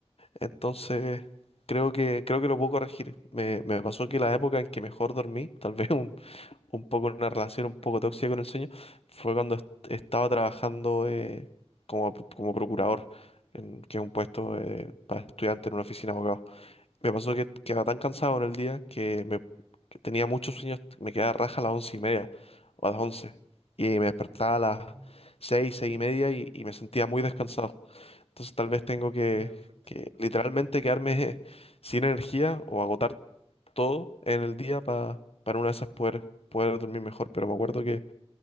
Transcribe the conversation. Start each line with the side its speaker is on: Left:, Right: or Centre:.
Left: Entonces, creo que, creo que lo puedo corregir. Me, me pasó que la época en que mejor dormí, tal vez <laughs> un poco una relación un poco tóxica con el sueño fue cuando est- estaba trabajando eh, como, como procurador, en, que es un puesto eh, para estudiante en una oficina de abogados. Me pasó que quedaba tan cansado en el día que, me, que tenía muchos sueños, me quedaba raja a las once y media o a las once y me despertaba a las
Right: Mm.
Left: seis, seis y media y, y me sentía muy descansado. Entonces tal vez tengo que,
Right: Ya, perfecto.
Left: que literalmente quedarme <laughs> sin energía o agotar todo en el día pa- para una de esas poder, poder dormir mejor. Pero me acuerdo que,